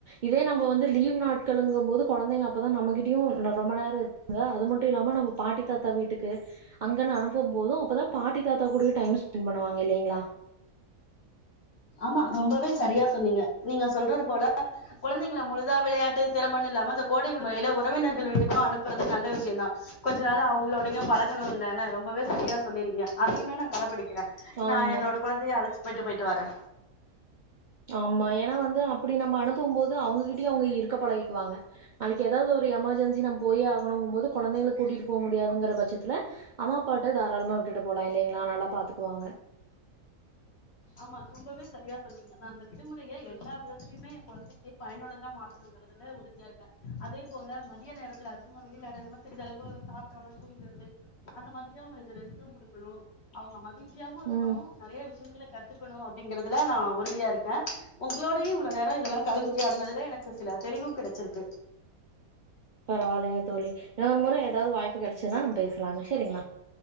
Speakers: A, on the right; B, on the left.
A: இதே நம்ம வந்து லீவ் நாட்களுங்கும்போது கொழந்தைங்க அப்பதா நமகிட்டயு ரொம்ப நேரோ இரு அ அது மட்டு இல்லாம நம்ம பாட்டி தாத்தா வீட்டுக்கு அங்கன்னு அனுப்பு போது அப்பதா பாட்டி தாத்தா கூடயு டைம் ஸ்பெண்ட் பண்ணுவாங்க இல்லைங்களா
B: ஆமா ரொம்பவே சரியா சொன்னீங்க நீங்க சொல்றது போல கொழந்தைங்கள முழுதா வெளயாட்டு திறமன்னு இல்லாம அந்த கோடை முறையில உறவினர்கள் வீட்டுக்கு அனுப்புறது நல்ல விஷயோ தா கொஞ்ச நாள் அவுங்களோட பழகணு இல்ல ன ரொம்பவே சரியா சொன்னீங்க அதயுமே நா கடபிடிக்குறே
A: ஆமா
B: நா என்னோட கொழந்தய அழச்சு போயிட்டு போயிட்டு வாரே
A: ஆமா ஏன்னா வந்து அப்டி நம்ம அனுப்பு போது அவுங்ககிட்டயு அவுங்க இருக்க பழகிக்குவாங்க நாளைக்கு ஏதாவது ஒரு எமர்ஜென்சி நம்ம போயே ஆகணுங்கும்போது கொழந்தைங்கள கூட்டிட்டு போக முடியாதுங்கிற பட்சத்தில அவ பாட்டு தாராளமா விட்டுட்டு போலா இல்லைங்களா நல்லா பாத்துக்குவாங்க
B: ஆமா ரொம்பவே சரியா சொல்றீங்க நா அந்த விடுமுறய எல்லா விதத்துலயுமே என் கொழந்தைக்கு பயனுள்ளதா மாத்து இக்றதுல உறுதியா இருக்கே அதே போல மதிய நேரத்தில் அதிகமா <unintelligible> வெளிநாடு சிறிதளவு சாப் தூங்குறது அந்த மாதிரியே அவங்களுக்கு ரெஸ்ட்டு கொடுக்கணு அவுங்க மகிழ்ச்சி யாவு இருக்கணு
A: ம்
B: நெறயா விஷயங்கள கத்துக்கணு அப்டிங்றதுல நா உறுதியா இருக்கே உங்களோடயே இவ்ளோ நேரோ இதெல்லா கலந்து உரையாடுனதுல எனக்கு சில தெளிவு கெடச்ருக்கு
A: பரவாயில்லங்க தோழி இன்னொரு முற ஏதாவது வாய்ப்பு கெடச்சதுன்னா நம்ம பேசலாங்க செரிங்களா